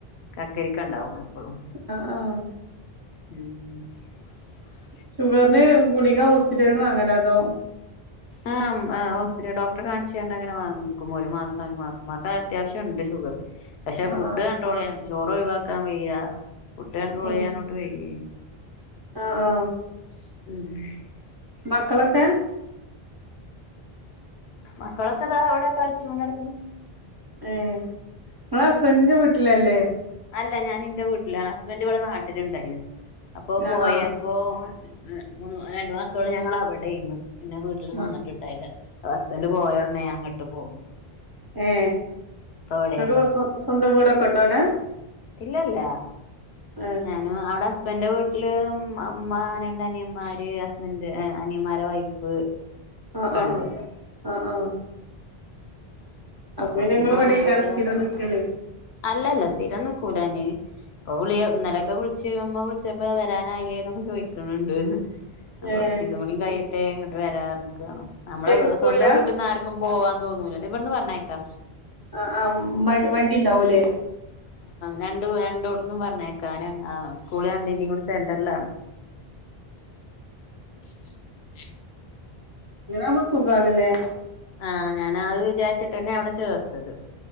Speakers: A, on the left; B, on the right.
A: കക്കരിക്ക ഉണ്ടാവും എപ്പളും.
B: അ ആ
A: ഉം
B: ഷുഗറിന് ഗുളിക ഹോസ്പിറ്റല്ന്ന് വാങ്ങലോ അതോ?
A: ആ ഉം ആ ഹോസ്പിറ്റല ഡോക്ടറെ കാണിച്ചണ്ട് അങ്ങനെ വാങ്ങിക്കും ഒരു മാസം ഒരു മാസംമാക്കെ അത്യാവശ്യണ്ട് ഷുഗർ പക്ഷെ
B: ആഹ്
A: ഫുഡ്
B: ആഹ്
A: കണ്ടട്രോളെയ്യാൻ ചോറ് ഒഴിവാക്കാൻ വയ്യ ഫുഡ് കണ്ടോളെയ്യാനോട്ട്
B: ഉം
A: വെയ്യേം ഉം
B: ആഹ് ആഹ് മക്കളൊക്കെ?
A: മക്കളൊക്കെ അതാ അവിടെ കളിച്ചോണ്ട് നടക്ക്ണ്
B: ഏ നിങ്ങള് ഹസ്ബൻറിന്റെ വീട്ടിലല്ലേ?
A: അല്ല ഞാൻ ഇന്റെ വീട്ടില ഹസ്ബൻറ് ഇവിടെ നാട്ടിലുണ്ടായിരുന്നു അപ്പോ
B: ആഹ്
A: പോയപ്പോ
B: ആഹ്
A: ങ് മൂന്ന് രണ്ടു മാസത്തോളം ഞങ്ങള അവിടെയ്ന്നു പിന്നെ വീട്ടില് നിന്നിട്ടുണ്ടായില്ല
B: ആഹ്
A: ഹസ്ബന്റ് പോയോടനെ ഞാ ങ്ങട്ട് പോന്നു.
B: ഏ
A: ഇപ്പ ഇവിടെയാണ്
B: നിക്ക് സ്വന്തം വീടക്കെ ഉണ്ടോ അവിടെ?
A: ഇല്ലല്ല
B: ഏഹ്
A: ഞാനും അവിടെ ഹസ് സ്ബന്റെ വീട്ടില് ഇ അമ്മ രണ്ട് അനിയന്മാര് ഹസ്ബൻഡ് എ അനിയന്മാരെ വൈഫ്.
B: ആഹ്
A: ക്കണ്ട്.
B: ആഹ് ആഹ് ആഹ്
A: അപ്പൊ കൊറച്ച്
B: പിന്നെ
A: ദിവസം
B: ഇങ്ങള്
A: ഇവിടെനി
B: ഇവിടേക്കാരം
A: കെട്ടിയാണ്
B: സ്ഥിരം നിക്കല്
A: അല്ലല്ല സ്ഥിരംനിക്കൂലാ ഞ്ഞ് ഇപ്പൊ വിളിയ ഇന്നലൊക്കെ വിളിച്ച് ഇമ്മ വിളിച്ചപ്പോ വരാനായില്ലേ ന്നൊക്കെ ചോദിക്ക്ണ്ണ്ട്.
B: ഏഹ്
A: കൊറച്ചീസുകൂടി കയ്യട്ടെ ഇങ്ങട്ട് വരാർനിക്കാണ് നമ്മളെ
B: കുട്ട്യാക്ക് സ്കൂളില്ല
A: സ്വന്തം വീട്ട്ന്ന് ആർക്കും പോവാ തോന്നൂ ല്ലല്ലേ ഇവിടുന്ന് പറഞ്ഞയക്കാ
B: ആ ആ വ വണ്ടി ഇണ്ടാവൂല്ലേ?
A: രണ്ട് രണ്ടോട്ന്നും പറഞ്ഞേക്കാരാണ് ആ സ്കൂളാണ്ട് ഇന്ന കൂടെ സെന്റർലാണ്. <inaudible>
B: അങ്ങനവുമ്പോ സുഖാണില്ലേ?
A: ആ ഞാനാത് വിചാരിച്ചിട്ടന്നെ അവിടെ ചേർത്തത്